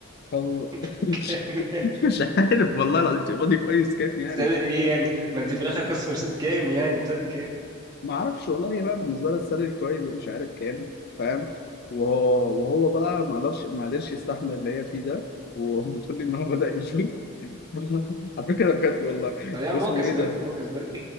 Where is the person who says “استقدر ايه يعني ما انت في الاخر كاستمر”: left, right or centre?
Right